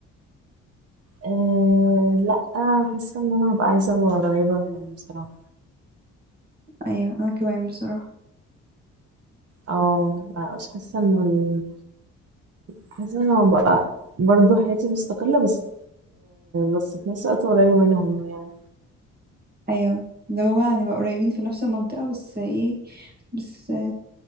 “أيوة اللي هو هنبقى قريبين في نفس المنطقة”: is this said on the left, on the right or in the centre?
Right